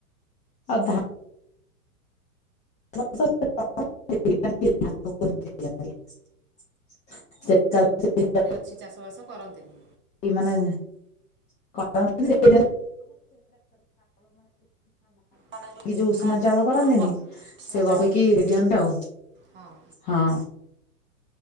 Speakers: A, on the left; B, on the right.
A: ଅଧା <unintelligible> <unintelligible>
B: କିଛି ଚାଷବାସ କରନ୍ତିନି।
A: କି ମାନେ <unintelligible> ହଁ ବସେଇକି
B: ମାନେ
A: ଯୋଉ ଉଷୁନା ଚାଉଳ କରନ୍ତିନି
B: ଧାନକୁ ବସ ଉଷୁନା
A: ସେ
B: ଚାଉଳ
A: ବସେଇକି ଦିଅନ୍ତୀ ଆଉ।
B: ହଁ
A: ହଁ।